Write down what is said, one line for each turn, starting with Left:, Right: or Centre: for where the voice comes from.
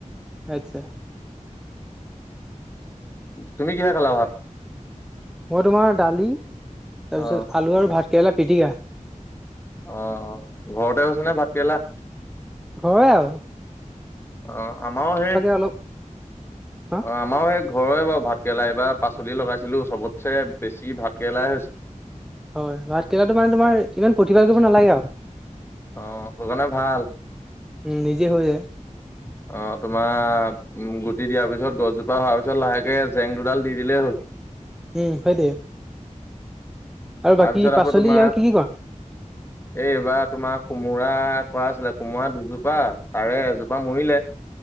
Centre: আচ্ছা।
Left: তুমি কিহে খালা ভাত?
Centre: মই তোমাৰ দালি, তাৰপিছত
Left: অ
Centre: আলু আৰু ভাতকেৰেলা পিটিকা।
Left: অ, ঘৰতে হৈছেনে ভাতকেৰেলা?
Centre: হয় আও।
Left: অ, আমাও সেই
Centre: অলপ হা
Left: অ আমাও সেই ঘৰৰে বাৰু ভাত কেৰেলা, এইবাৰ পাচলি লগাইছিলো চবতছে বেছি ভাতকৰেলাই হৈছে।
Centre: হয় ভাত কেৰেলা তোমৰ তোমৰ ইমান প্ৰতিভাৰ কৰিব নালাগে আও।
Left: অ হুজানে ভাল।
Centre: উম নিজে হৈ যায়।
Left: অ তোমাৰ উম গুটি দিয়াৰ পিছত গছজোপা হোৱাৰ পিছত লাহেকে জেং দুডাল দি দিলেই হ'ল।
Centre: উম সেইটোৱে। আৰু
Left: তাৰপিছত
Centre: বাকী
Left: আকৌ
Centre: পাচলি
Left: তোমাৰ
Centre: আৰু কি কি কৰা
Left: এই এইবাৰ তোমাৰ কোমোৰা কৰা আছিলে কোমোৰা দুজোপা তাৰে এজোপা মৰিলে।